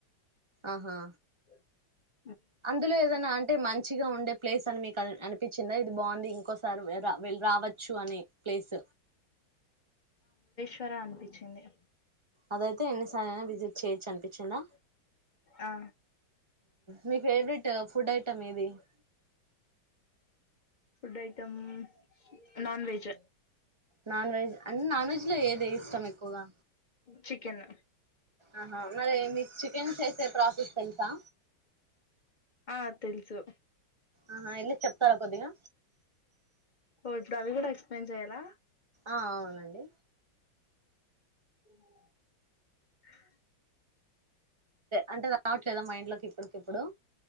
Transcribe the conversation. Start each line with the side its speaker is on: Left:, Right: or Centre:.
Right: ఆహా
Left: <inaudible>
Right: అందులో ఏదైనా అంటే మంచిగా ఉండే ప్లేస్ అని మీకు అనిపించిందా అది బాగుంది ఇంకోసారి వెళ రావచ్చు అనే ప్లేస్
Left: క్కరా అనిపించింది <inaudible>
Right: అదైతే ఎన్నిసార్ అయినా విజిట్ చేయొచ్చు అనిపించిందా
Left: ఆ
Right: మీ ఫేవరెట్ ఫుడ్ ఐటెమ్ ఏది <inaudible>
Left: food item non veg
Right: non veg అంటే నాన్ వెజ్ లో ఏది ఇష్టం ఎక్కువగా
Left: చికెన్
Right: ఆహా మరి మీకు చికెన్ చేసే ప్రాసిస్ తులుసా
Left: ఆ తెలుసు
Right: ఆహా ఎందుకు చెప్తారా కొద్దిగా
Left: ఎప్పుడూ అది కూడా ఎక్స్ప్లెయిన్ చేయాల
Right: ఆ అవునండి
Left: అ
Right: అంటే రావట్లేదా మైండ్ లోకి ఇప్పడికిప్పుడు